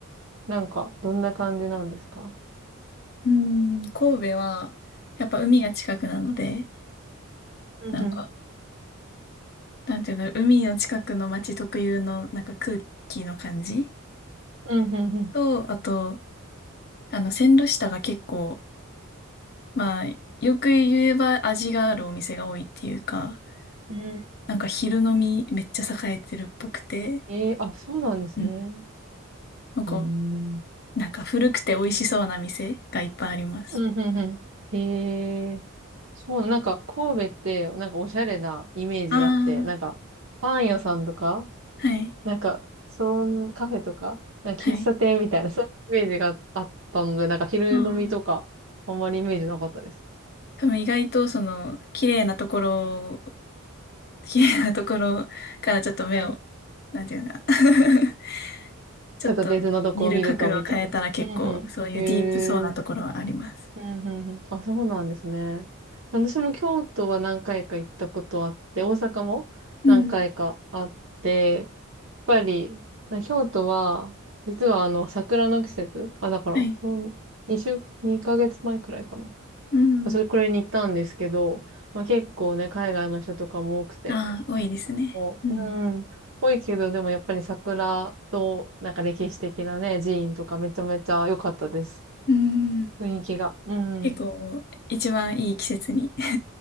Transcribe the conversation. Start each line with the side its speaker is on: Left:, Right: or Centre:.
Right: なんか、どんな感じなんですか
Left: うん。神戸は、やっぱ海が近くなので、
Right: うん
Left: なんか、なんていうの、海の近くの街特有の、なんか空気の感じ
Right: うん、うん、うん。
Left: と、あと、あの、線路下が結構、まあ、よく言えば味があるお店が多いっていうか、
Right: う
Left: なんか昼飲みめっちゃ栄えてるっぽくて、
Right: ん、えー、あ、そうなんですね。
Left: うん。なんか、
Right: うん。
Left: なんか古くて美味しそうな店がいっぱいあります。
Right: うん、うん、うん。えー、そうな、なんか神戸って、なんかおしゃれなイメージがあって、
Left: ああ
Right: なんかパン屋さんとか、
Left: はい。
Right: なんか、そん、カフェとか、なんか喫茶店みたいな、
Left: はい。
Right: そういうイメージがあったので、なんか昼飲みとか、
Left: うん。
Right: あんまりイメージなかったです。
Left: 多分意外とその、綺麗なところ、<laughs> 綺麗なところからちょっと目を、
Right: うん。
Left: なんていうのかな <laughs> ちょっと見る角度を変えたら結構そういうディープそうなところはあります。
Right: ちょっと別のとこを見ると、みたいな。うん、うん。へえうん、うん、うん。あ、そうなんですね。私も京都は何回か行ったことあって、大阪も何回かあって、
Left: うん。
Right: やっぱり、ま京都は、実はあの、桜の季節、あ、だから、
Left: はい。
Right: 2週、二ヶ月前くらいか
Left: うん。
Right: な。それくらいに行ったんですけど、まあ結構ね、海外の人とかも多くて、
Left: ああ、多いですね。
Right: もう、
Left: うん。
Right: うん、多いけど、でもやっぱり桜と、なんか歴史的なね、寺院とかめちゃめちゃ良かったです。
Left: うん。
Right: 雰囲気が。うん。
Left: 結構、一番いい季節に <laughs>